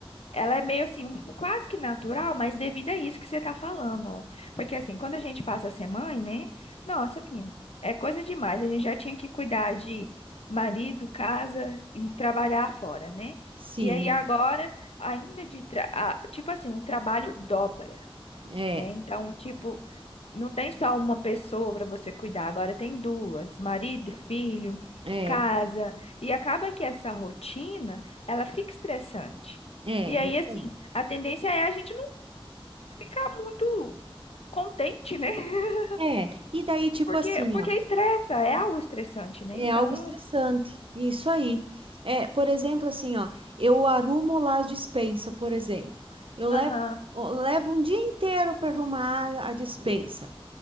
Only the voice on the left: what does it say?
Ela é meio assim, um- quase que natural, mas devido a isso que você tá falando, ó. Porque assim, quando a gente passa a ser mãe, né? Nossa, menina, é coisa demais. A gente já tinha que cuidar de marido, casa e trabalhar fora, né?
E aí agora, ainda de, tra- ah, tipo assim, um trabalho dobra
né? Então, tipo, não tem só uma pessoa para você cuidar, agora tem duas, marido, filho,
casa, e acaba que essa rotina, ela fica estressante.
E aí,
assim,
a tendência é a gente não ficar muito contente, né? <laughs>
Porque,
porque
estressa, é algo estressante, né?
Então,
Aham.
sim,